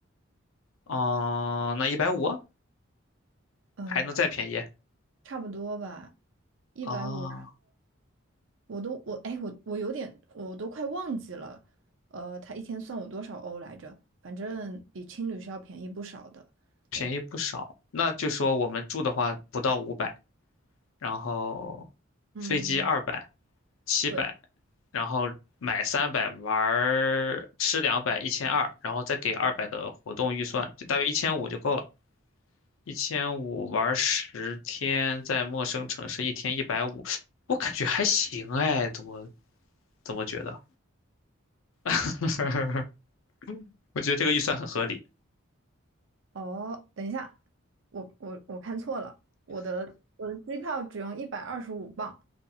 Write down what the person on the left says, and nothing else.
哦，那一百五啊
还能再便宜
啊？
便宜不少。
那就说我们住的话不到五百，然后飞机二百、
七百，
然后买三百，玩儿吃两百，一千二，然后再给二百的活动预算，就大约一千五就够了。一千五玩十天，在陌生城市一天一百五，我感觉还行哎，怎么怎么觉得？<laughs> 我觉得这个预算很合理。